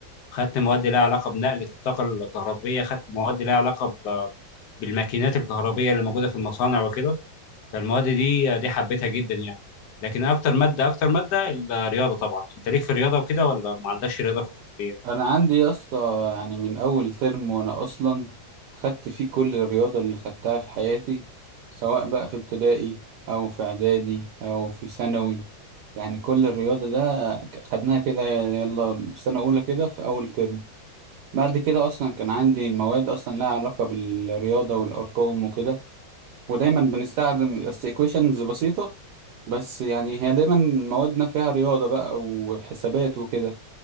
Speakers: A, on the left; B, on the right.
A: خدت مواد ليها علاقه بنقل الطاقه الكهربيه خدت مواد ليها علاقه ب- بالماكينات الكهربيه اللي موجوده في المصانع وكده فالمواد دي دي حبيتها جدا يعني لكن اكتر ماده اكتر ماده الرياضه طبعا انت ليك في الرياضه وكده ولا ما عندكش رياضه في الكليه
B: انا عندي يا اسطى يعني من اول ترم وانا اصلا خدت فيه كل الرياضة اللي خدتها في حياتي سواء بقى في ابتدائي او في اعدادي او في ثانوي يعني كل الرياضة ده خدناها كده يلا في سنة اولى كده في اول ترم بعد كده اصلا كان عندي مواد اصلا لها علاقه بالرياضه والارقام وكده ودايما بنستخدم بس equations بسيطه بس يعني هي دايما موادنا فيها رياضه بقى وحسابات وكده